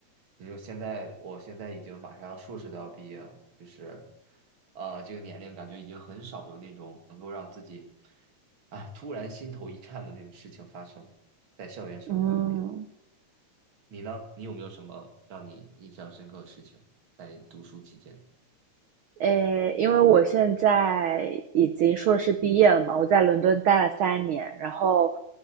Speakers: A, on the right; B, on the right.
A: 你说现在，我现在已经马上硕士都要毕业了，就是，呃，这个年龄感觉已经很少有那种能够让自己，啊，突然心头一颤的那种事情发生在校园生活里面。
B: 嗯
A: 你呢？你有没有什么让你印象深刻的事情在读书期间？
B: 诶，因为我现在已经硕士毕业了嘛，我在伦敦待了三年，然后